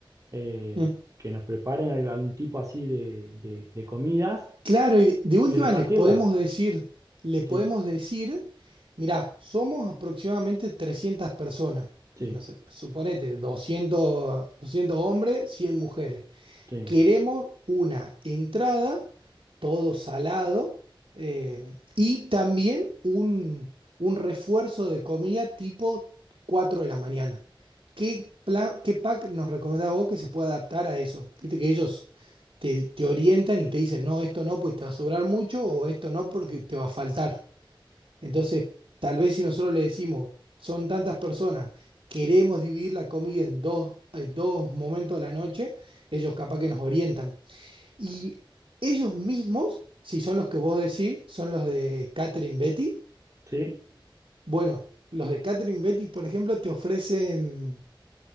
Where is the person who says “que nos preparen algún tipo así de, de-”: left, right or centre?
Right